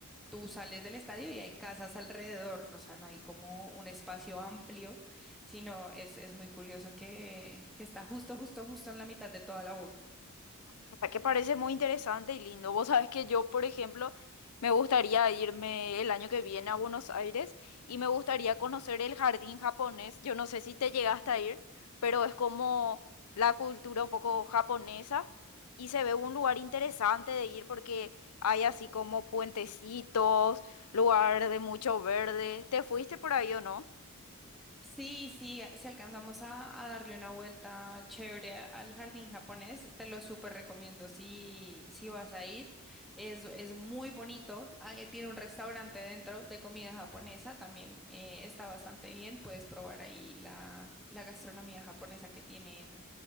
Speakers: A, in the centre; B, on the left.
A: tú sales del estadio y hay casas alrededor, o sea, no hay como un espacio amplio, sino es, es muy curioso que, que está justo, justo, justo en la mitad de toda la boca.
B: O sea, que parece muy interesante y lindo. Vos sabés que yo, por ejemplo, me gustaría irme el año que viene a Buenos Aires y me gustaría conocer el jardín japonés. Yo no sé si te llegaste a ir, pero es como la cultura un poco japonesa y se ve un lugar interesante de ir porque hay así como puentecitos, lugar de mucho verde. ¿Te fuiste por ahí o no?
A: Sí, sí, si alcanzamos a, a darle una vuelta chévere al jardín japonés, te lo súper recomiendo si, si vas a ir. Es, es muy bonito, ah, eh, tiene un restaurante dentro de comida japonesa, también eh, está bastante bien, puedes probar ahí la, la gastronomía japonesa que tienen